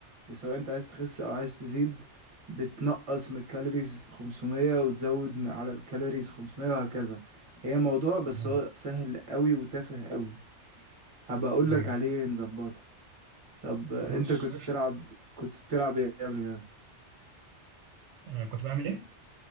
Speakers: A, on the right (about 30°); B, on the right (about 75°).
A: وسواء انت عايز تخس او عايز تزيد بتنقص من الكالوريز 500 وتزود من- على الكالوريز 500 وهكذا هي موضوع بس
B: آه،
A: هو سهل قوي وتافه قوي هبقى اقول
B: ايوه
A: لك عليه نظبطها طب انت
B: خلاص
A: كنت
B: قشطه
A: بتلعب كنت بتلعب ايه قبل كده
B: آه، كنت بعمل ايه